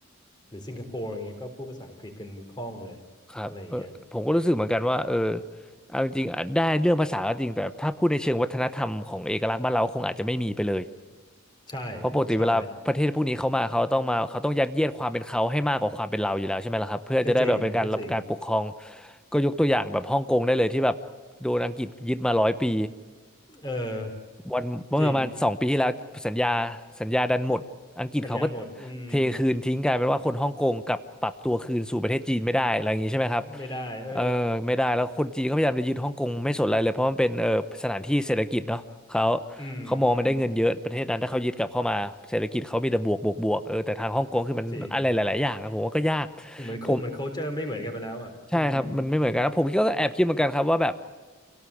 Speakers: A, on the left; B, in the centre.
A: หรือสิงคโปร์อย่างเงี้ยก็พูดภาษาอังกฤษกันคล่องเลยอะไรอย่างเงี้ย
B: ครับเออผมก็รู้สึกเหมือนกันว่าเออเอาจริงๆอาจได้เรื่องภาษาก็จริงแต่ถ้าพูดในเชิงวัฒนธรรมของเอกลักษณ์บ้านเราคงอาจจะไม่มีไปเลย
A: ใช่
B: เพราะปกติเวลาประเทศพวกนี้เขามาเขาต้องมาเขาต้องยัดเยียดความเป็นเขาให้มากกว่าความเป็นเราอยู่แล้วใช่ไหมล่ะครับเพื่อจะได้แบบเป็นการรับการปกครอง
A: ใช่ก็จริงก็จริง
B: ก็ยกตัวอย่างแบบฮ่องกงได้เลยที่แบบโดนอังกฤษยึดมาร้อยปี
A: เออ
B: วันเมื่อประมาณสองปีที่แล้วสัญญา
A: จริง
B: สัญญาดันหมดอังกฤษเขาก็
A: สัญญาหมดอืม
B: เทคืนทิ้งกลายเป็นว่าคนฮ่องกงกลับปรับตัวคืนสู่ประเทศจีนไม่ได้อะไรอย่างนี้ใช่ไหมครับ
A: ไม่ได้เออ
B: เออไม่ได้แล้วคนจีนเขาพยายามจะยึดฮ่องกงไม่สนอะไรเลยเพราะมันเป็นเออสถานที่เศรษฐกิจเนาะเขา
A: อืมอืม
B: เขามองมันได้เงินเยอะประเทศนั้นถ้าเขายึดกลับเข้ามาเศรษฐกิจเขามีแต่บวกบวกบวกเออแต่ทางฮ่องกงคือมันอะไรหลายๆอย่างอะผมว่าก็ยาก
A: จริงเหมือน cul-
B: ผม
A: เหมือน culture ไม่เหมือนกันไปแล้วอ่ะอืม
B: ใช่ครับมันไม่เหมือนกันแล้วผมก็แอบคิดเหมือนกันครับว่าแบบ